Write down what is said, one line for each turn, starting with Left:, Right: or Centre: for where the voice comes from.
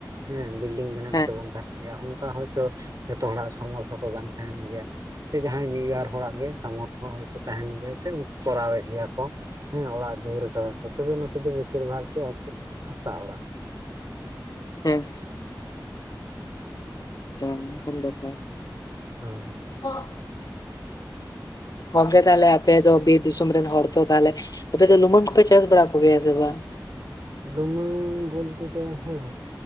Right: ᱦᱮᱸ ᱵᱤᱞᱰᱤᱝ ᱵᱮᱱᱟᱣ
Left: ᱦᱮᱸ
Right: ᱠᱟᱛᱮᱜ ᱵᱚᱱ ᱛᱟᱦᱮᱱ ᱜᱮᱭᱟ ᱚᱱᱠᱟ ᱦᱚᱭᱛᱚ ᱡᱷᱚᱛᱚ ᱦᱚᱲᱟᱜ ᱥᱚᱢᱚᱨᱛᱷᱚ ᱠᱚ ᱵᱟᱝ ᱛᱟᱦᱮᱱ ᱜᱮᱭᱟ ᱾ ᱥᱮ ᱡᱟᱦᱟᱸᱭ ᱢᱤᱫ ᱵᱟᱨ ᱦᱚᱲᱟᱜ ᱜᱮ ᱥᱟᱢᱚᱨᱛᱷᱚ ᱦᱚᱭᱛᱚ ᱛᱟᱦᱮᱱ ᱜᱮᱭᱟ ᱥᱮ ᱩᱱᱠᱩ ᱠᱚᱨᱟᱣᱮᱫ ᱜᱮᱭᱟ ᱠᱚ ᱾ ᱦᱮᱸ ᱚᱲᱟᱜ ᱫᱩᱣᱟᱹᱨ ᱠᱟᱫᱟ ᱠᱚ ᱛᱚᱵᱮ ᱱᱚᱛᱮ ᱫᱚ ᱵᱮᱥᱤᱨ ᱵᱷᱟᱜ ᱜᱮ ᱟᱨ ᱪᱮᱫ ᱦᱟᱥᱟ ᱚᱲᱟᱜ ᱾
Left: ᱦᱮᱸ ᱾ ᱛᱟᱢ ᱠᱷᱟᱱ ᱫᱟᱠᱟ‌
Right: ᱦᱩᱸ ᱾
Left: ᱪᱟᱥ ᱜᱚᱝᱠᱮ ᱛᱟᱦᱚᱞᱮ ᱟᱯᱮ ᱫᱚ ᱵᱤᱨ ᱫᱤᱥᱚᱢ ᱨᱮᱱ ᱦᱚᱲ ᱛᱚ ᱛᱟᱦᱚᱞᱮ ᱟᱯᱮ ᱫᱚ ᱞᱩᱢᱟᱹᱝ ᱠᱚᱯᱮ ᱪᱟᱥ ᱵᱟᱲᱟ ᱠᱚ ᱜᱮᱭᱟ ᱥᱮ ᱵᱟᱝ?
Right: ᱞᱩᱢᱟᱹᱝ ᱵᱚᱞᱛᱮ ᱫᱚ ᱦᱮᱸ